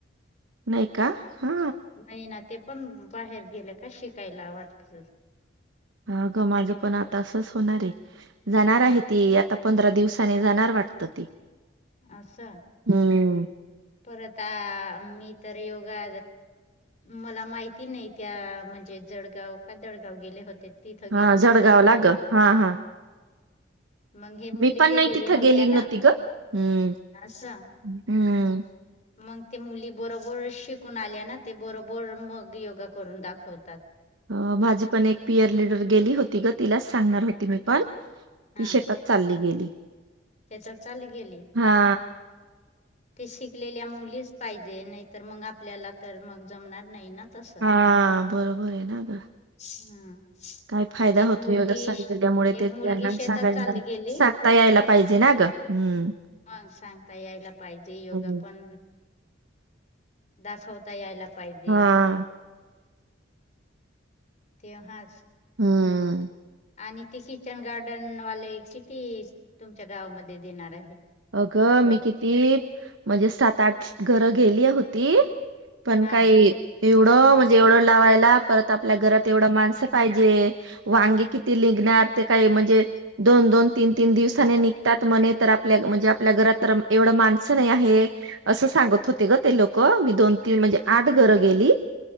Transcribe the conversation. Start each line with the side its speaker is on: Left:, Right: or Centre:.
Right: नाही का हा.
Left: नाही ना ते पण बाहेर गेले का शिकायला वाटतं.
Right: हा अगं माझं पण आता असंच होणार आहे. जाणार आहे ती आता पंधरा दिवसाने जाणार वाटतं ती.
Left: असं
Right: हम्म.
Left: परत आ मी तर योगा मला माहिती नाही त्या म्हणजे जळगाव का दडगाव गेले होते तिथं
Right: हा
Left: गेलीच
Right: जळगावला
Left: नव्हती ना मी.
Right: ग हा हा
Left: मंग हे मुली
Right: मी पण
Left: गेलेली
Right: नाही तिथं
Left: होत्या
Right: गेली नव्हती
Left: ना
Right: ग हम्म
Left: असं.
Right: हम्म.
Left: मग ते मुली बरोबर शिकून आल्या ना ते बरोबर मग योगा करून दाखवतात.
Right: अ माझी पण एक पीयर लीडर गेली होती ग तिलाच सांगणार होती मी पण
Left: हा
Right: ती शेतात चालली गेली.
Left: त्याच्यात चाल गेली.
Right: हा
Left: ते शिकलेल्या मुलीचं पाहिजे नाहीतर मंग आपल्याला तर मंग जमणार नाही ना तसं
Right: हा बरोबर आहे ना ग
Left: हम्म
Right: काय फायदा
Left: एक
Right: होतो
Left: मुलगी
Right: योगासन केल्यामुळे
Left: एक
Right: ते त्यांना
Left: मुलगी शेतात
Right: सांगाय
Left: चालली गेली.
Right: सांगता यायला पाहिजे ना गं. हम्म.
Left: ह सांगता यायला पाहिजे योगा
Right: हम्म.
Left: पण दाखवता यायला पाहिजे.
Right: हा
Left: तेव्हाच.
Right: हम्म.
Left: आणि ते किचन गार्डन वाले किती तुमच्या गावामध्ये देणार आहे.
Right: अगं
Left: रोप
Right: मी किती म्हणजे सात-आठ घरं गेली होती पण
Left: हा
Right: काही एवढं म्हणजे एवढं लावायला परत आपल्या घरात एवढं माणसं पाहिजे. वांगी किती लिघणार ते काय म्हणजे दोन-दोन तीन- तीन दिवसाने निघतात म्हणे तर आ आपल्या म्हणजे आपल्या घरात तर एवढं माणसं नाही आहे. असं सांगत होते गं ते लोक मी दोन तीन म्हणजे आठ घरं गेली.